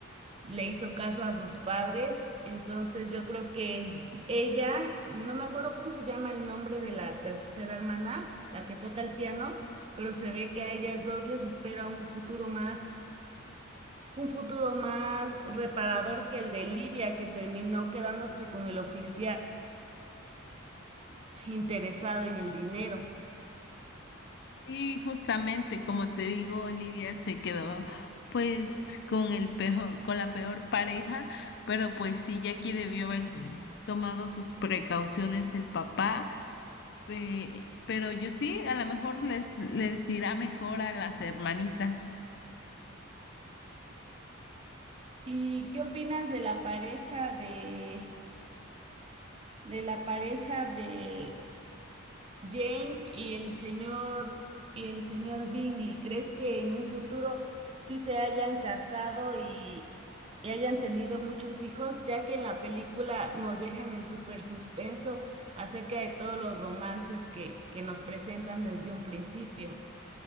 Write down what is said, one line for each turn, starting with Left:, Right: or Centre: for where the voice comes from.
Right: le hizo caso a sus padres. Entonces yo creo que ella, no me acuerdo cómo se llama el nombre de la tercera hermana, la que toca el piano, pero se ve que a ellas dos les espera un futuro más, un futuro más reparador que el de Lidia, que terminó quedándose con el oficial interesado en el dinero.
Left: Y justamente, como te digo, Olivia se quedó pues con el peor, con la peor pareja, pero pues sí, Jackie debió haber tomado sus precauciones el papá. Eh, pero yo sí, a lo mejor les, les irá mejor a las hermanitas.
Right: ¿Y qué opinas de la pareja de, de la pareja de Jane y el señor y el señor Bingley, ¿crees que en un futuro sí se hayan casado y, y hayan tenido muchos hijos? Ya que en la película nos dejan en súper suspenso acerca de todos los romances que, que nos presentan desde un principio.